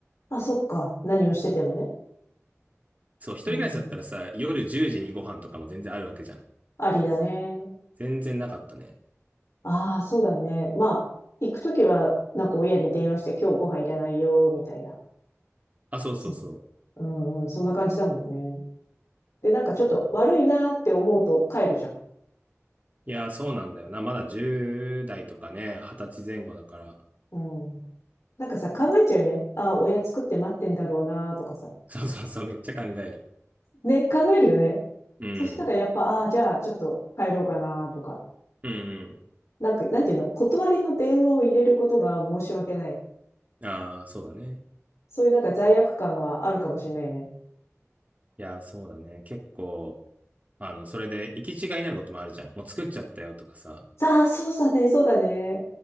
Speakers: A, on the left; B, on the right.
A: あ、そっか。何をしててもね。
B: そう、一人暮らしだったらさ、
A: うん。
B: 夜10時にご飯とかも全然あるわけじゃん。
A: ありだね。
B: 全然なかったね。
A: ああ、そうだね。まあ、行くときは、なんか親に電話して今日ご飯いらないよ、みたいな。
B: あ、そうそうそう。
A: そう。うんうん。そんな感じだもんね。で、なんかちょっと悪いなーって思うと帰るじゃん。
B: いや、そうなんだよな。まだ10代とかね、20歳前後だから。
A: うん。なんかさ、考えちゃうよね。ああ、親作って待ってんだろうなとかさ。
B: そうそうそう、めっちゃ考える。
A: ね、考えるよね。
B: うん。
A: そしたらやっぱ、ああ、じゃあちょっと帰ろうかなとか。
B: うん
A: なんか、なんていうの断りの電話を入れることが申し訳ない。
B: うん。ああ、そうだね。
A: そういうなんか罪悪感はあるかもしれないよね。
B: いや、そうだね。結構、あの、それで行き違いになることもあるじゃん。もう作っちゃったよとかさ。
A: ああ、そうだね、そうだね。